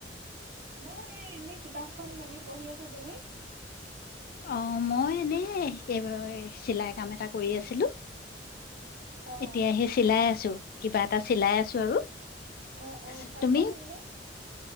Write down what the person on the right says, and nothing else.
মই এনে কিতাপখন মেলি বহি আছা তুমি
অ
অ
অ ভাত
খোৱা হলনে